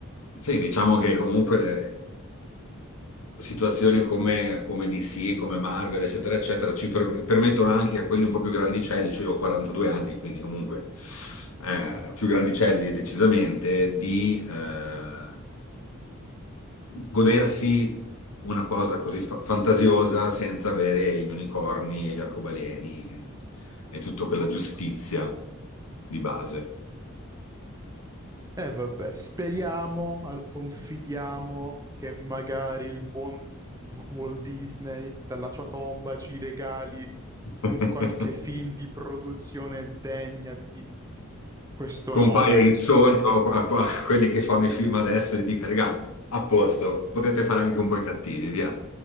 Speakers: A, on the left (about 85°); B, on the right (about 15°).
A: Sì, diciamo che comunque le situazioni come, come DC, come Marvel, eccetera, eccetera, ci per- permettono anche a quelli un po' più grandicelli, cioè io ho 42 anni, quindi comunque eh, più grandicelli decisamente, di eh, godersi una cosa così fa- fantasiosa senza avere gli unicorni e gli arcobaleni e tutta quella giustizia di base.
B: E vabbè, speriamo, al- confidiamo che magari il buon W- Walt Disney dalla sua tomba ci regali un
A: <laughs>
B: qualche film di produzione degna di questo
A: Compaia
B: nome.
A: in sogno a, a- a quelli che fanno i film adesso e gli dica, regà, a posto, potete fare anche un po' i cattivi, via.